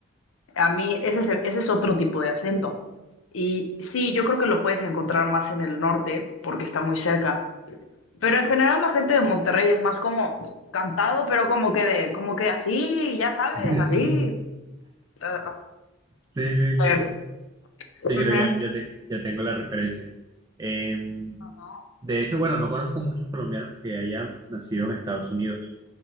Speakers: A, on the left (about 85°); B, on the right (about 20°).
A: A mí, ese es, el- ese es otro tipo de acento. Y sí, yo creo que lo puedes encontrar más en el norte porque está muy cerca pero en general la gente de Monterrey es más como cantado, pero como que de, como que así, ya sabes,
B: <laughs>
A: así. eh,
B: Sí, sí, sí.
A: a ver,
B: Sí,
A: ujú,
B: creo ya, ya, te- ya tengo la referencia. Em,
A: Ajá.
B: de hecho, bueno, no conozco muchos colombianos que hayan nacido en Estados Unidos.